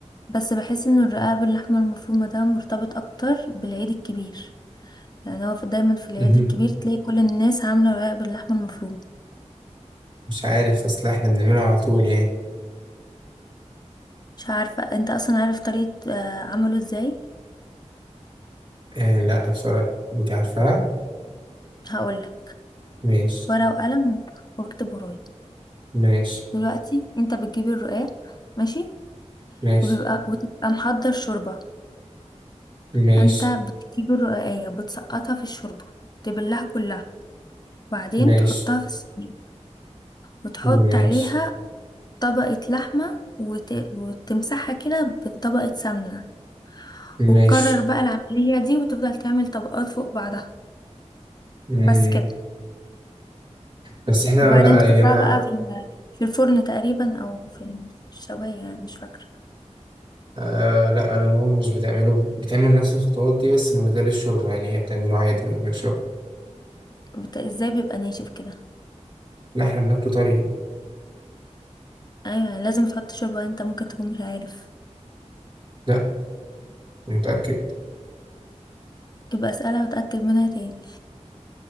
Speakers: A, on the left (about 35°); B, on the right (about 40°).
A: بس بحس ان الرقاق باللحمة المفرومة ده مرتبط اكتر بالعيد الكبير يعني هو في دايما في العيد
B: مهم.
A: الكبير تلاقي كل الناس عاملة رقاق باللحمة المفرومة
B: مش عارف بس لا احنا بنعملها على طول يعني
A: مش عارفة انت اصلا عارف طريقة آه، عمله ازاي
B: آه لا بصراحة انت عارفاها
A: هقولك
B: ماشي
A: ورقة وقلم واكتب ورايا
B: ماشي
A: دلوقتي انت بتجيب الرقاق ماشي
B: ماشي
A: وبيبقى وتبقى محضر شوربة
B: ماشي
A: فانت بتجيب الرقاقية بتسقطها في الشوربة تبلها كلها وبعدين
B: ماشي
A: تحطها في الصينية وتحط
B: ماشي
A: عليها طبقة لحمة وت... وتمسحها كده بطبقة سمنة
B: ماشي
A: وتكرر بقى العملية دي وتفضل تعمل طبقات فوق بعضها
B: مم.
A: بس كده
B: بس احنا
A: وبعدين
B: لا
A: تحطها
B: يعني انا
A: بقى في ال- في الفرن تقريبا أو في الشواية يعني مش فاكرة
B: آه لا انا ماما مش بتعمله بتعمل نفس الخطوات دي بس من غير الشوربه يعني هي بتعمله عادي من غير شوربه
A: بت... ازاي بيبقى ناشف كده
B: لا احنا بناكله طري
A: أيوة لازم تحط شوربة انت ممكن تكون مش عارف
B: لا أنا متاكد
A: يبقى اسألها وتأكد منها تاني